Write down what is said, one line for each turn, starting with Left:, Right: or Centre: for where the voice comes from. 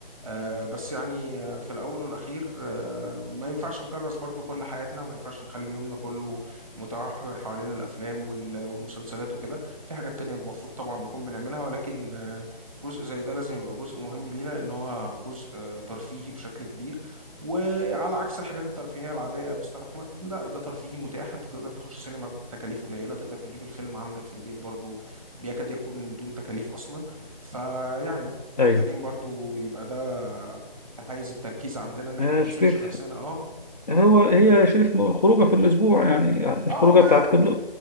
Centre: آه، بس يعني آه، في الأول والأخير آه، ما ينفعش نكرس برضو كل حياتنا وما ينفعش نخلي يومنا كله متمحور حوالين الأفلام وال- والمسلسلات وكده في حاجات تانية المفروض طبعا نكون بنعملها ولكن آه، جزء زي ده لازم يبقى جزء مهم لينا لأن هو جزء آه، ترفيهي بشكل كبير وعلى عكس الحاجات الترفيهية العادية يا مستر أحمد لا ده ترفيهي متاح أنت تقدر تخش سينما بتكاليف قليلة تقدر تجيب الفيلم عندك في البيت برضو بيكاد يكون بدون تكاليف أصلا فيعني محتاجين
Left: ايوه
Centre: برضو يبقى ده حيز التركيز عندنا ان احنا
Left: آه،
Centre: ما نسيبش
Left: شريف
Centre: نفسنا اه
Left: هو هي شريف م- خروجه في الاسبوع يعني الخروجه
Centre: اه ما
Left: بتاعت كل